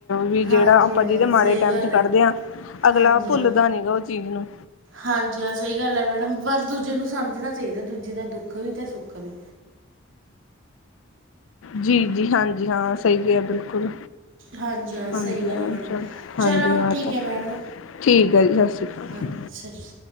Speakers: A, on the left (about 85°); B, on the right (about 75°).
A: ਵੀ ਜਿਹੜਾ
B: ਹਾਂਜੀ
A: ਆਪਾਂ
B: ਹਾਂ
A: ਜਿਹਦੇ ਮਾੜੇ
B: ਸਹੀ
A: ਟਾਈਮ
B: ਗੱਲ
A: ਚ
B: ਹੈ
A: ਕੱਦੇ ਹਾਂ ਅਗਲਾ
B: ਹਾਂਜੀ
A: ਭੁੱਲਦਾ
B: ਹਾਂ
A: ਨੀ ਗਾ ਉਹ ਚੀਜ਼ ਨੂੰ।
B: ਹਾਂਜੀ। ਹਹ ਸਹੀ ਗੱਲ ਹੈ ਮੈਡਮ ਪਰ ਦੂਜੇ ਨੂੰ ਸਮਝਣਾ ਚਾਹੀਦਾ ਦੂਜੇ ਦਾ ਦੁੱਖ। ਦੁਖਵੀ ਤੇ ਸੁਖਖਵੀ।
A: ਜੀ, ਜੀ। ਹਾਂਜੀ। ਹਾਂ ਸਹੀ ਕਿਹਾ ਬਿਲਕੁਲ।
B: ਹਾਂਜੀ ਹਾਂ
A: ਹਾਂਜੀ
B: ਸਹੀ ਗੱਲ
A: ਹਾਂ
B: ਹੈ ਮੈਡਮ
A: ਚਲ
B: ਚਲੋ
A: ਹਾਂਜੀ ਹਾਂ
B: ਠੀਕ
A: ਚ
B: ਹੈ ਮੈਡਮ
A: ਠੀਕ ਹੈ ਜੀ। ਸਤਿ ਸ਼੍ਰੀ ਅਕਾਲ।
B: ਹਾਂਜੀ ਸਤਿ ਸ਼੍ਰੀ